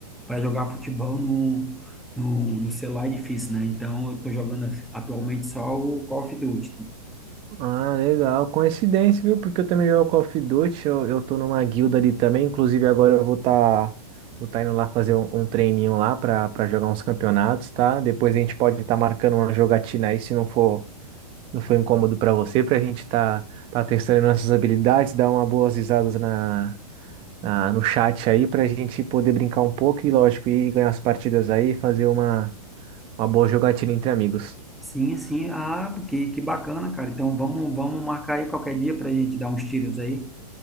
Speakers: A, in the centre; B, on the right.
A: para jogar futebol no, no, no celular é difícil, né? Então eu tô jogando atualmente só o Call of Duty.
B: Ah, legal. Coincidência, viu? Porque eu também jogo Call of Duty, eu, eu tô numa guilda ali também. Inclusive, agora eu vou tá, vou tá indo lá fazer um, um treininho lá pra, pra jogar uns campeonatos, tá? Depois a gente pode estar marcando uma jogatina aí, se não for, não for incômodo pra você, pra gente tá, tá testando nossas habilidades, dar uma boas risadas na, na, no chat aí, pra gente poder brincar um pouco e, lógico, ir ganhar as partidas aí, fazer uma, uma boa jogatina entre amigos.
A: Sim, sim. Ah, que, que bacana, cara. Então vamos, vamos marcar aí qualquer dia pra gente dar uns tiros aí.